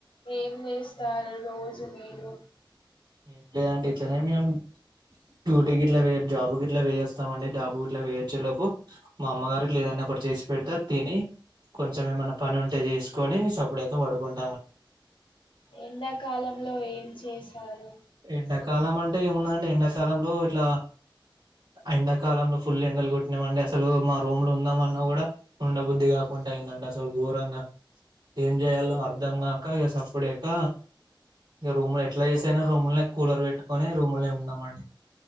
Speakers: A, on the left (about 70°); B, on the right (about 65°).
A: ఏం చేస్తారు రోజు మీరు
B: ఏం లేదండి ఇట్లనే మేము డ్యూటీకి ఇట్లా వే జాబుకి ఇట్లా పోయాస్తామండి జాబు ఇట్లా వేయిచ్చేలోపు మా అమ్మగారి లేదన్నా ఒకటి చేసి పెడితే తిని కొంచెం ఏమన్నా పని ఉంటే చేసుకొని సప్పుడ అయితే పడుకుంట
A: ఎండాకాలంలో ఏం చేశారు
B: ఎండాకాలం అంటే ఏముందండి ఎండాకాలంలో ఇట్లా ఎండాకాలంలో ఫుల్ ఎండలు కొట్టినామండి అసలు మా రూమ్లో ఉందామ అన్నా కూడా ఉండబుద్ది కాకుండా అయిందంట అసలు ఘోరంగా ఏం జేయాలో అర్ధం కాక ఇగ సప్పుడక రూమ్ ఎట్లాచేశాను రూమ్నే కూలర్ పెట్టుకొని రూమ్ లే ఉన్నామండి